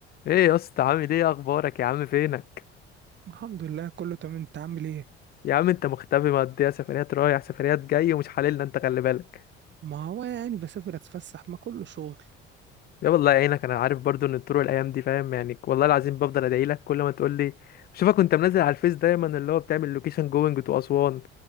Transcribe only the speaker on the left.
ايه يا اسطى عامل ايه اخبارك يا عم فينك
يا عم انت مختفي مقضيها سفريات رايح سفريات جاي ومش حللنا انت خلي بالك
يا والله يعينك انا عارف برضو ان الطرق الايام دي فاهم يعني والله العظيم بفضل ادعي لك كل ما تقول لي بشوفك وانت منزل على الفيس دايما اللي هو بتعمل لوكيشن جوينج تو اسوان